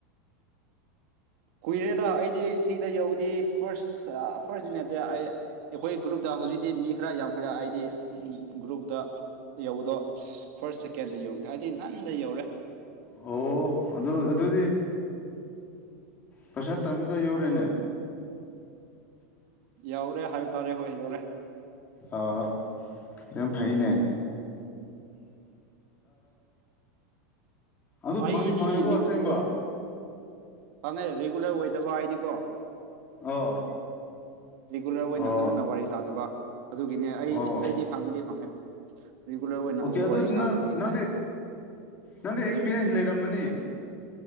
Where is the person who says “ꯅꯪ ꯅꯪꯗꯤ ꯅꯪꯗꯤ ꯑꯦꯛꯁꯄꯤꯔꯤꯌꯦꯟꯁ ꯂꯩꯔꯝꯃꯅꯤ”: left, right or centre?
Left